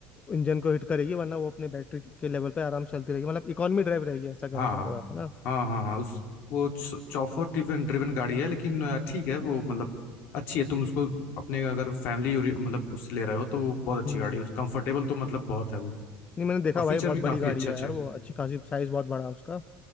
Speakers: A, on the left; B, on the left.
A: इंजन को हिट करेगी वरना वो अपने बैटरी के लेवल पे आराम से चलती रहेगी मतलब इकोनॉमी ड्राइव रहेगी ऐसा कहना
B: हाँ
A: चाह
B: हाँ
A: रहे हो आप है ना
B: हाँ हाँ हाँ उस वो चौफर ड्रिवन ड्रिवन गाड़ी है लेकिन अ, ठीक है वो मतलब अच्छी है तुम उसको अपने अगर फैमिली मतलब उससे ले रहे हो तो वो बहुत अच्छी
A: हम्म
B: गाड़ी है कंफर्टेबल तो मतलब बहुत है वो
A: नहीं मैंने देखा
B: और फीचर
A: भाई बहुत
B: भी
A: बड़ी
B: काफ़ी
A: गाड़ी
B: अच्छे
A: है
B: अच्छे
A: यार
B: हैं
A: वो अच्छी खासी साइज बहुत बड़ा है उसका